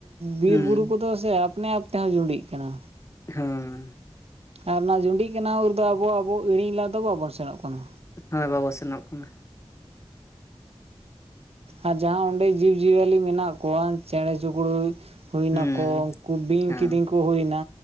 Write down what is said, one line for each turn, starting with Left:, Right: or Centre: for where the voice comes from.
Right: ᱵᱤᱨ
Left: ᱦᱩᱸ
Right: ᱵᱩᱨᱩ ᱠᱚᱫᱚ ᱥᱮ ᱟᱯᱱᱮ ᱟᱯ ᱛᱮᱦᱚᱸ ᱡᱩᱸᱰᱤᱜ ᱠᱟᱱᱟ
Left: ᱦᱮᱸ
Right: ᱟᱨ ᱚᱱᱟ ᱡᱩᱸᱰᱤᱜ ᱠᱟᱱᱟ ᱩᱨ ᱫᱚ ᱟᱵᱚ ᱟᱵᱚ ᱤᱲᱤᱧ ᱞᱟᱹᱜᱤᱫ ᱫᱚ ᱵᱟᱵᱚᱱ ᱥᱮᱱᱚᱜ ᱠᱟᱱᱟ
Left: ᱦᱮᱸ ᱵᱟᱵᱚ ᱥᱮᱱᱚᱜ ᱠᱟᱱᱟ
Right: ᱟᱨ ᱡᱟᱦᱟᱸ ᱚᱸᱰᱮ ᱡᱤᱵᱽᱼᱡᱤᱭᱟᱹᱞᱤ ᱢᱮᱱᱟᱜ ᱠᱚᱣᱟ ᱪᱮᱬᱮ ᱪᱤᱯᱲᱩᱡ ᱦᱩᱭᱱᱟᱠᱚ
Left: ᱦᱩᱸ
Right: ᱩᱱᱠᱩ ᱵᱤᱧ
Left: ᱦᱮᱸ
Right: ᱠᱤᱫᱤᱧ ᱠᱚ ᱦᱩᱭᱱᱟ